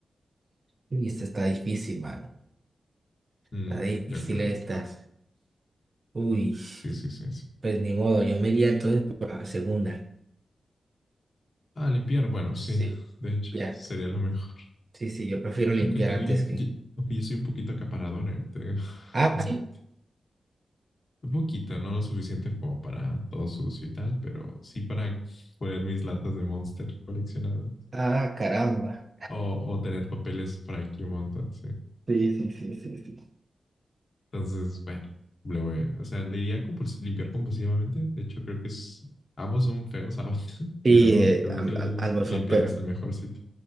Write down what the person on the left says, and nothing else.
Mm,
yo creo.
Sí, sí, sí, sí.
Ah, limpiar, bueno,
sí. <laughs> De hecho,
sería lo mejor. <laughs>
Ok, tengo
yo,
yo- ok, yo soy un poquito acaparador, eh, te digo.
<laughs>
Un poquito, no lo suficiente como para todo sucio y tal, pero sí para poner mis latas de Monster coleccionadas
o, o tener papeles por aquí un montón, sí.
Entonces, bueno, le voy, o sea, le iría a compuls- limpiar compulsivamente. De hecho, creo que es, ambos son feos, <laughs> ambos,
pero
creo
que el
limpiar
es el mejor sitio.